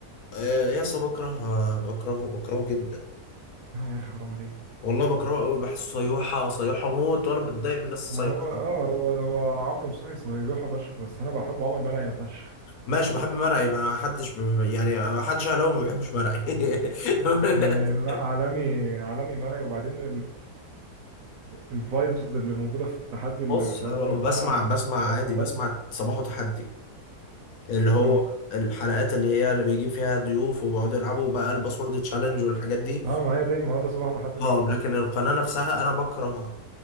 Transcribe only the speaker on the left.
آه، يا اسطى بكره آه، بكرهه بكرهه جدا
والله بكرهه قوي بحسه صيوحه صيوحه موت وانا بتضايق من الناس الصيوحه
دي
ماشي بحب مرعي ما حدش ب... يعني ما حدش هلاوي ما بيحبش مرعي <laughs>
بص
أه،
بسمع بسمع
عادي
بسمع صباح وتحدي اللي هو
الحلقات اللي هي اللي بيجيب فيها ضيوف وبيقعدوا يلعبوا بقى الباسورد تشالنج والحاجات دي
اه
لكن
القناة نفسها انا بكره